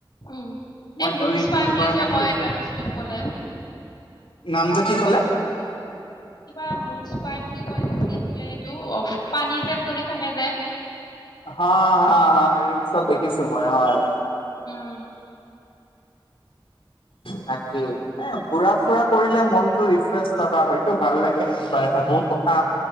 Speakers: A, on the left; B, on the left.
A: উম,
B: মই
A: এই মুখ্ছ
B: দুই
A: পাই
B: তিনিবাৰ
A: বুলি যে
B: মানে
A: কয়
B: গৈছো
A: এটা বস্তুত কলে।
B: নামটো কি কলে?
A: কিবা মুখ। চোপাই বুলি কয় যে কি আছিলে এইটো অ-পানী যে পৰি থাকে যে?
B: হা, হা, হা ৰিলচত দেখিছো মই হয়।
A: উম। <inaudible>
B: তাকেই এ, ঘুৰা ফুৰা কৰিলে মনটো ৰিফ্ৰেছ লগা হয়টো ভাল লাগে কিবা এটা বহুত কথা